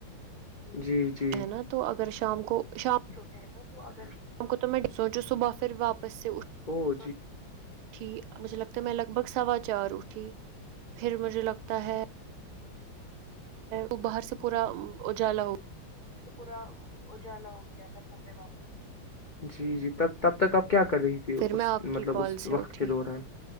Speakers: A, on the left; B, on the right.
A: جی جی
B: ہے نا تو اگر شام کو شام
A: ہیں نا تو
B: ہم کو تو میں سوچو صبح پھر واپس سے اٹ
A: تو
B: اھی مجھے لگتا ہے میں لگ بھگ سوا چار اٹھی پھر مجھے لگتا ہے
A: پھر
B: وہ باہر سے پورا اجالا ہوا
A: پورا اجالا ہو گیا تھا سب میں واپس کوئی جی جی تب تب تک اب کیا کر رہی تھی
B: پھر
A: اس
B: میں آپ کی
A: مطلب
B: کال
A: اس
B: سے
A: وقت
B: اٹھی
A: کے دوران